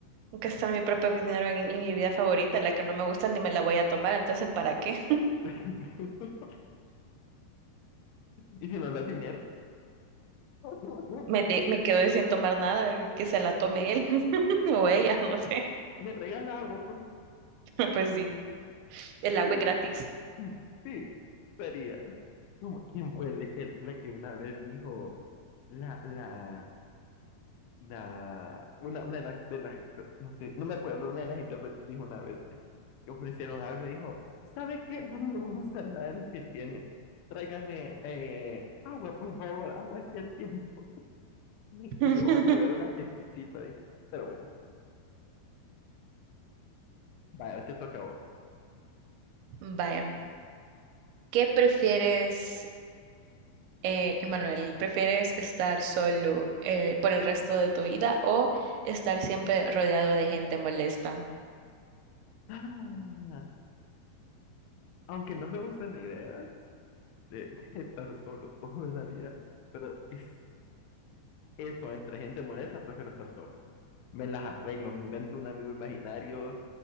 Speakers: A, on the right (about 85°); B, on the left (about 80°).
A: Gastar mi propio dinero en, en mi vida favorita, la que no me gusta ni me la voy a tomar, entonces, ¿para qué?
B: <laughs> Y si no das dinero, <laughs>
A: me, de- me quedé sin tomar nada, que se la tome él <laughs> o ella, no sé.
B: me regala agua, por
A: <laughs> Pues sí, el
B: favor.
A: agua es gratis.
B: <laughs> Sí, sería. ¿Cómo- ¿Quién fue la que, la que una vez dijo la, la, la, una, una de las, de las, no sé, no me acuerdo, una de las intérpretes dijo una vez que ofrecieron algo y dijo, ¿sabe qué? No me gusta nada de lo que tiene. Tráigame eh, agua, por favor, agua es el tiempo. <laughs>
A: <laughs>
B: Y yo, la qué exquisita, dije. Pero bueno, vaya, te toca a vos.
A: Vaya, ¿qué prefieres, eh, Emanuel? ¿Prefieres estar solo eh, por el resto de tu vida o estar siempre rodeado de gente molesta?
B: Ah, aunque no me gusta la idea de, <laughs> de estar solo toda la vida, pero es eso, entre gente molesta, prefiero estar solo. Me las arreglo, me invento un amigo imaginario,